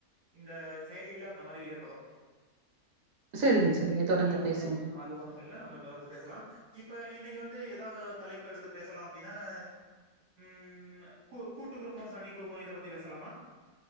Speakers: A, on the right (about 85°); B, on the right (about 70°).
A: இந்த செயலில அந்த மாதிரி ஏற்படும்
B: சரிங்க சரிங்க தொடர்ந்து
A: அது
B: பேசுங்க.
A: ஒண்ணும் அது ஒண்ணும் இல்ல நம்ம தொடர்ந்து பேசலாம் இப்ப இன்னக்கி வந்து எதா தலைப்பு எடுத்து பேசலா அப்டின்னா உம் ம்மு கூ கூட்டு குடும்பம் தனி குடும்போ இத பத்தி பேசலாமா?